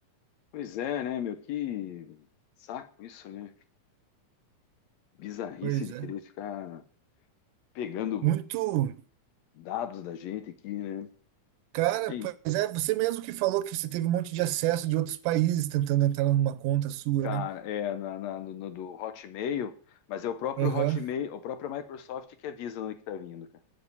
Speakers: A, on the left; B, on the right.
A: Pois é, né, meu? Que saco isso, né? bizarrice
B: Pois
A: de
B: é.
A: querer ficar pegando
B: Muito.
A: dados da gente aqui, né?
B: Cara,
A: Ei,
B: pois é, você mesmo que falou que você teve um monte de acesso de outros países tentando entrar numa conta sua,
A: Cara,
B: né?
A: é na, na- no, no do Hotmail, mas é o próprio
B: Aham.
A: Hotmail, o próprio Microsoft que avisa onde que tá vindo, cara.